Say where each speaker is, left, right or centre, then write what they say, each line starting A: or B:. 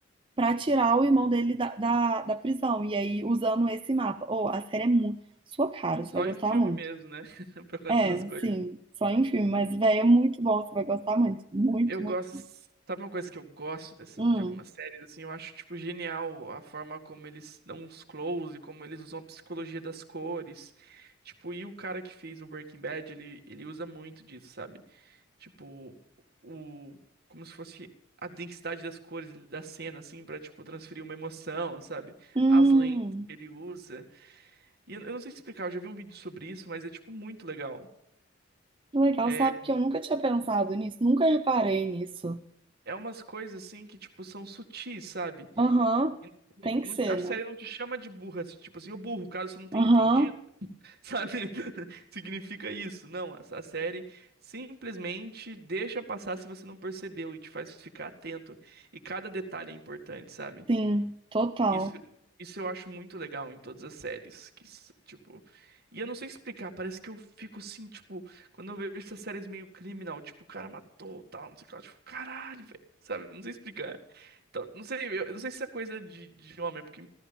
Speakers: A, on the right; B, on the right.
A: para tirar o irmão dele da, da, da prisão. E aí, usando esse mapa. Oh, a série é muito sua cara,
B: Só
A: você vai gostar
B: em filme
A: muito.
B: mesmo, né? <laughs> Pra acontecer
A: É,
B: essas coisas.
A: sim, só em filme, mas, véi, é muito bom, você vai gostar muito, muito,
B: Eu
A: muito.
B: gosto. Sabe uma coisa que eu gosto dessa,
A: Hum,
B: de algumas séries, assim, eu acho, tipo, genial a forma como eles dão uns close, como eles usam a psicologia das cores. Tipo, e o cara que fez o Breaking Bad, ele, ele usa muito disso, sabe? Tipo, o, como se fosse a densidade das cores da cena, assim, pra, tipo, transferir uma emoção, sabe?
A: hum,
B: As lentes que ele usa. E eu, eu não sei te explicar, eu já vi um vídeo sobre isso, mas é, tipo, muito legal.
A: que legal,
B: É,
A: sabe que eu nunca tinha pensado nisso, nunca reparei nisso.
B: é umas coisas, assim, que, tipo, são sutis, sabe?
A: Aham,
B: não-
A: tem
B: não-
A: que ser,
B: a série
A: né?
B: não te chama de burra, tipo assim, ô burro, caso você não tenha
A: Aham,
B: entendido, <laughs> sabe? <laughs> Significa isso. Não, a, a série simplesmente deixa passar se você não percebeu e te faz ficar atento. E cada detalhe é importante, sabe?
A: sim, total.
B: Isso, isso eu acho muito legal em todas as séries, que, s- tipo, e eu não sei explicar, parece que eu fico assim, tipo, quando eu vejo essas séries meio criminal, tipo, o cara matou, tal, não sei o que lá, tipo, caralho, velho, sabe? Não sei explicar. Então, não sei, eu, eu não sei se é coisa de, de homem, porque